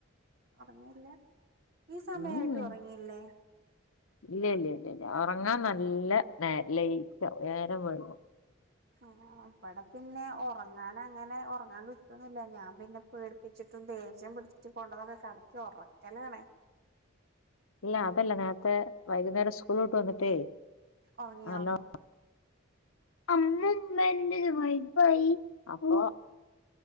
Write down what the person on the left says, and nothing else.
ഉം
ഇല്ല ഇല്ല ഇല്ല ഉറങ്ങാൻ നല്ല നേ ലേറ്റ് ആവും നേരം വെകും.
ഇല്ല അതല്ല നേരത്തെ വൈകുന്നേരം സ്കൂളോട്ട് വന്നിട്ടേ
നല്ലോ അമ്മുമ്മ
എന്റെ വൈഫായി. അപ്പ